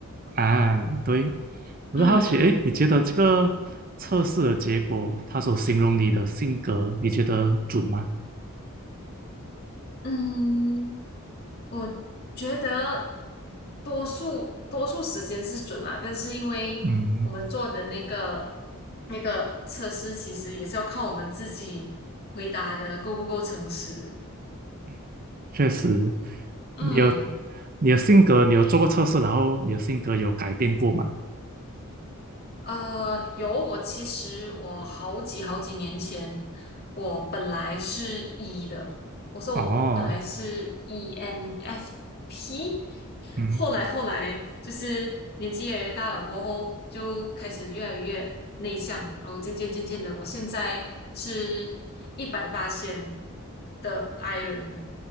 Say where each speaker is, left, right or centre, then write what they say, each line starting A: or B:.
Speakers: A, on the right (about 40°); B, on the left (about 45°).
A: 啊，对，我就好奇，
B: 嗯
A: 哎，你觉得这个测试的结果，他所形容你的性格，你觉得准吗？
B: 嗯，我觉得多数多数时间是准啦，但是因为我们做的那个
A: 嗯
B: 那个测试，其实也是要靠我们自己回答的够不够诚实。
A: 嗯，确实，
B: 嗯。
A: 你有你的性格，你有做过测试，然后你的性格有改变过吗？
B: 呃，有，我其实我好几好几年前，我本来是 E 的，我说我我本来是
A: 哦。
B: ENFP，
A: 嗯，
B: 后来后来就是年纪越来越大了过后，就开始越来越内向，然后渐渐渐渐的，我现在是一百八线的 I 人。